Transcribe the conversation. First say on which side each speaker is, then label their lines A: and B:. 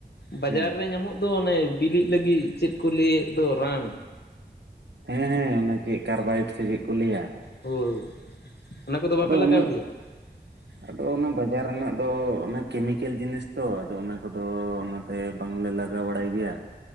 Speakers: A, on the left (about 70°); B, on the right (about 85°).
A: ᱵᱟᱡᱟᱨ
B: ᱦᱩᱸ
A: ᱨᱮ ᱧᱟᱢᱚᱜᱼᱼ ᱫᱚ, ᱚᱱᱮ ᱵᱤᱞᱤᱜ ᱞᱟᱹᱜᱤᱫ ᱪᱮᱫ ᱠᱚ ᱞᱟᱹᱭᱮᱫ ᱫᱚ ᱨᱟᱱ᱿
B: ᱦᱮᱸ, ᱦᱮᱸ ᱚᱱᱮ ᱪᱮᱫ ᱠᱟᱨᱵᱟᱭᱮᱰ ᱥᱮ ᱪᱮᱫ ᱠᱚ ᱞᱟᱹᱭᱟ᱾
A: ᱦᱳᱭ ᱚᱱᱟ ᱠᱚᱫᱚ ᱵᱟᱯᱮ
B: ᱟᱫᱚ
A: ᱞᱟᱜᱟᱣ
B: ᱩᱱᱟᱹᱜᱼᱼ
A: <inaudible>
B: ᱟᱫᱚ ᱚᱱᱟ ᱵᱟᱡᱟᱨ ᱨᱮᱱᱟᱜ ᱫᱚ ᱚᱱᱟ ᱠᱮᱢᱤᱠᱮᱞ ᱡᱤᱱᱤᱥ ᱛᱚ, ᱟᱫᱚ ᱚᱱᱟ ᱠᱚ ᱫᱚᱼᱼ ᱛᱮ ᱵᱟᱝᱞᱮ ᱞᱟᱜᱟᱣ ᱵᱟᱲᱟᱭ ᱜᱮᱭᱟ᱾